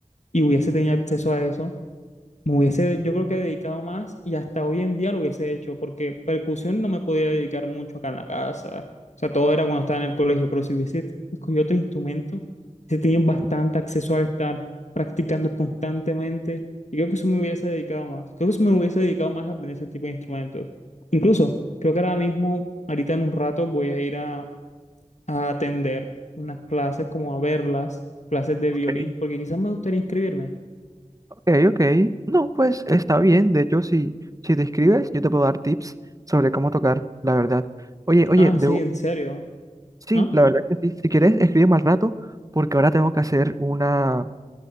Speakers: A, on the left (about 65°); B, on the right (about 25°).
A: y hubiese tenido acceso a eso, me hubiese, yo creo que dedicado más y hasta hoy en día lo hubiese hecho, porque percusión no me podía dedicar mucho acá en la casa, o sea, todo era cuando estaba en el colegio, pero si hubiese escogido otro instrumento, hubiese tenido bastante acceso al estar practicando constantemente, y creo que eso me hubiese dedicado más, creo que eso me hubiese dedicado más a aprender ese tipo de instrumentos. Incluso, creo que ahora mismo, ahorita en un rato, voy a ir a a atender unas clases, como a verlas, clases de
B: ok.
A: violín, porque quizás me gustaría inscribirme.
B: ok, ok. No, pues está bien. De hecho, si, si te escribes, yo te puedo dar tips sobre cómo tocar, la verdad. Oye, oye,
A: Ah,
B: debo...
A: sí, en serio.
B: sí,
A: Ah,
B: la verdad que sí. Si quieres, escríbeme al rato, porque ahora tengo que hacer una,